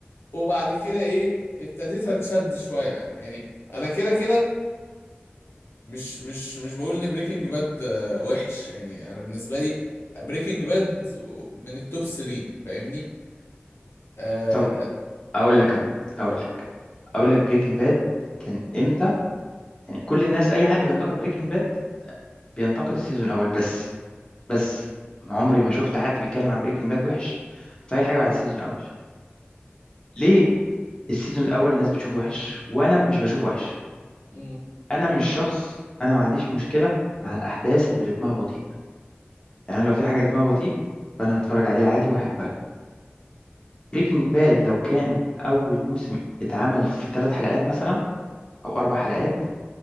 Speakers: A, on the left (about 75°); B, on the left (about 20°).
A: وبعد كده ايه ابتديت اتشد شوية يعني انا كده كده مش مش مش بقول ان بريكنج باد وحش يعني انا بالنسبه لي بريكنج باد من التوب 3 فاهمني آه
B: طب اقول لك انا اقول
A: اقول
B: لك اقول لك بريكنج باد كان امتى يعني كل الناس اي حد بينتقد بريكنج باد بينتقد السيزون الاول بس بس ما عمري ما شفت حد بيتكلم عن بريكنج باد وحش في اي حاجه بعد السيزون الاول ليه السيزون الاول الناس بتشوفه وحش وانا مش بشوفه وحش
A: امم
B: انا مش شخص انا ما عنديش مشكله مع الاحداث اللي رتمها بطيء يعني لو في حاجه رتمها بطيء فانا هتفرج عليها عادي واحبها بريكنج باد لو كان أول موسم اتعمل في ثلاث حلقات مثلا أو أربع حلقات